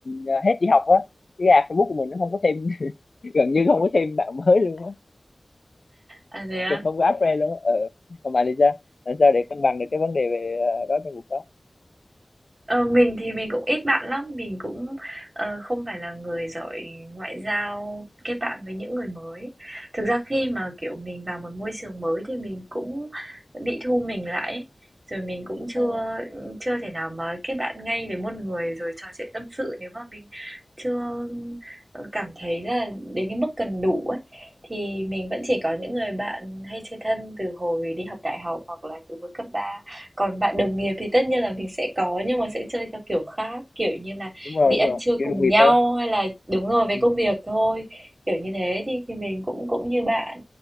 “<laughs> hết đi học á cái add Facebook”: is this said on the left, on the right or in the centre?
Left